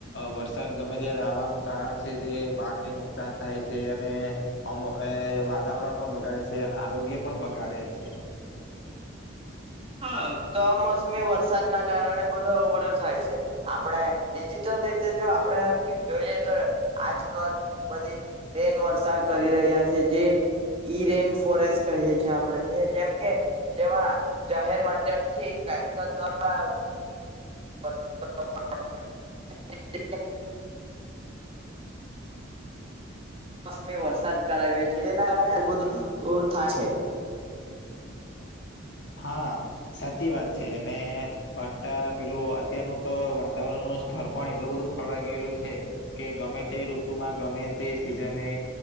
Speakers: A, on the left; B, on the right.
A: વરસાદ ગમે ત્યારે આવાનું કારણ છે જે પાકને નુકસાન થાય છે અને અમ વાતાવરણ પણ બગાડે છે અને આરોગ્ય પણ બગાડે છે.
B: હ કમોસમી વરસાદના કારણે બધું બધું થાય છે આપણે ડિજિટલ રીતે જો આપણે જોઈએ તો આજ કલ બધી રેલ વરસા કરી રહ્યા છે જે ઈ રેન ફોરેસ્ટ કહીય છીએ આપડે જેમકે જેવા જાહેર માધ્યમ થી કેમિકલ દ્વારા <inaudible> <inaudible> કમોસમી વરસાદ કરાવ્યો છે તેના કારણે આ બધું થા છે.
A: હા સાચી વાત છે અત્યાર પેલું અત્યારનું તો વાતાવરણનું સ્થર પણ એટલું બધું ખોરવાઈ ગયેલું છે કે ગમે તે ઋતુમાં ગમે તે સિઝને